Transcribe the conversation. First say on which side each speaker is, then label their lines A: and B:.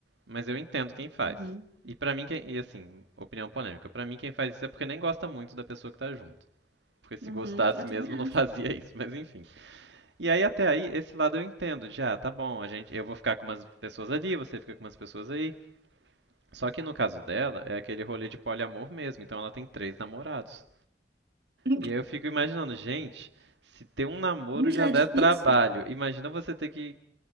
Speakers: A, on the right; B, on the right.
A: mas eu entendo quem faz.
B: Uhum.
A: E pra mim, quem, e assim, opinião polêmica, pra mim quem faz isso é porque nem gosta muito da pessoa que tá junto. Porque se
B: Uhum.
A: gostasse
B: Eu
A: mesmo
B: também acho.
A: não <laughs> fazia isso, mas enfim. E aí até aí esse lado eu entendo, de ah, tá bom, a gente, eu vou ficar com umas pessoas ali, você fica com umas pessoas aí. Só que no caso dela é aquele rolê de poliamor mesmo, então ela tem três namorados.
B: <laughs>
A: E aí eu fico imaginando, gente, se ter um namoro
B: Um
A: já
B: já
A: der
B: é difícil.
A: trabalho, imagina você ter que